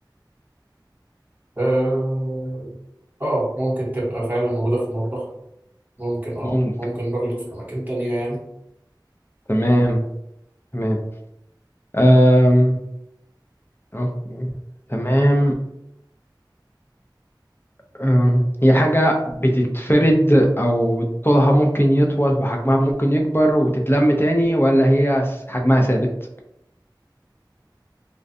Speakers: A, on the right (about 20°); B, on the left (about 30°).
A: اه آه، ممكن تبقى فعلا موجودة في المطبخ ممكن اه
B: ممكن
A: ممكن برضه في أماكن تانية يعني
B: تمام تمام آم، أوكي. تمام أم، هي حاجة بتتفرد أو طولها ممكن يطول وحجمها ممكن يكبر وتتلم تاني ولا هي س- حجمها ثابت؟